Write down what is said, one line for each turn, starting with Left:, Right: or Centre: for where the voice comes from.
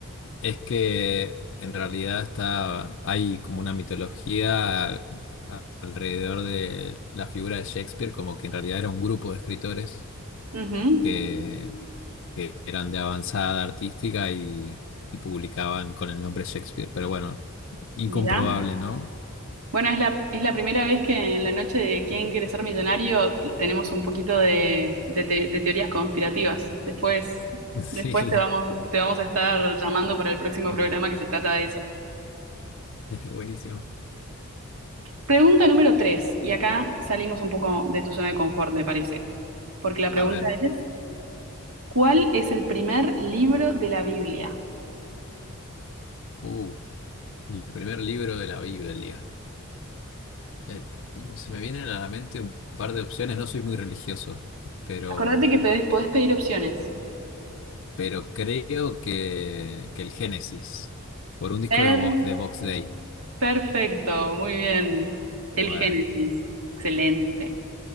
Left: es que en realidad está, hay como una mitología al- a- alrededor de la figura de Shakespeare, como que en realidad era un grupo de escritores
Right: Ujú.
Left: que, que eran de avanzada artística y, y publicaban con el nombre Shakespeare. Pero bueno, incomprobable,
Right: Mirá.
Left: ¿no?
Right: Bueno, es la, es la primera vez que en la noche de ¿Quién quiere ser millonario? tenemos un poquito de, de te- de teorías conspirativas. Después,
Left: <laughs> Sí,
Right: después te vamos, te vamos a estar llamando para el próximo
Left: <laughs> eh,
Right: programa que se trata de eso.
Left: buenísimo.
Right: Pregunta número tres, y acá salimos un poco de tu zona de confort, me parece. Porque la pregunta
Left: A ver,
Right: es, ¿cuál es el primer libro de la Biblia?
Left: uh, el primer libro de la Biblia. Eh, se me vienen a la mente un par de opciones, no soy muy religioso, pero,
Right: Acordate que pe- podés pedir opciones.
Left: pero creo que, que el Génesis, por un disco
Right: Per-
Left: de, Bo- de Box Day.
Right: perfecto, muy bien.
Left: Bueno,
Right: El Génesis, excelente.